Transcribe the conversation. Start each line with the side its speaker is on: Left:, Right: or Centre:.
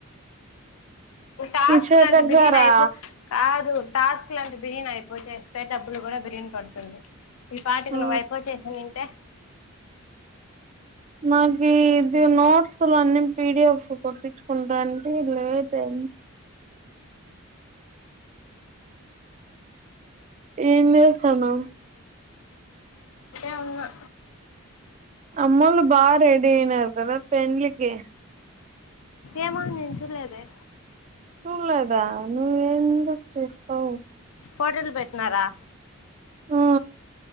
Left: ఈ టాస్క్
Right: శేఖర్
Left: లంటే బిర్రూన
Right: సారా
Left: అయిపో కాద్ టు టాస్క్ లన్ని బిర్రూన అయిపోతేస్తే డబ్బులు కూడా బిర్రూన పడుతుంది ఈ పాటికి
Right: ఆ
Left: నువ్వువైపో చేసినుంటే
Right: నాకు ఇది నోర్సులాన్ని పీ డి ఎఫ్ కొట్టించుకుంటా అంటే లేట్ అయ్యింది ఏంజెస్తనావ్
Left: అవును
Right: అమ్మోలు బాగా రెడి అయినారు కదా పెండ్లికి
Left: ఏమో నేను చూలేదే
Right: చూలేదా నువ్వ ఎందుకు చూస్తావు
Left: హోటల్ పెట్టినారా
Right: ఆ